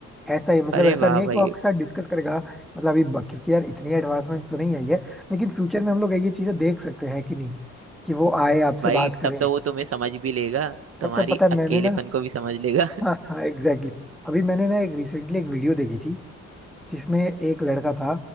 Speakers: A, in the centre; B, on the right.
A: ऐसा ही मतलब
B: अरे
A: ऐसा
B: वाह
A: नहीं है कि
B: भाई
A: वो आपके साथ डिस्कस करेगा मतलब अभी ब- क्योंकि यार इतनी एडवांसमेंट तो नहीं आई है लेकिन फ्यूचर में हम लोग ये चीजें देख सकते हैं कि नहीं कि वो आए आपसे
B: भाई
A: बात करे
B: तब तो वो तुम्हें समझ भी लेगा तुम्हारी
A: अच्छा पता है मैंने
B: अकेलेपन
A: ना
B: को भी समझ लेगा
A: हाँ हाँ एग्जैक्टली अभी मैंने ना एक रिसेंटली एक वीडियो देखी थी जिसमें एक लड़का था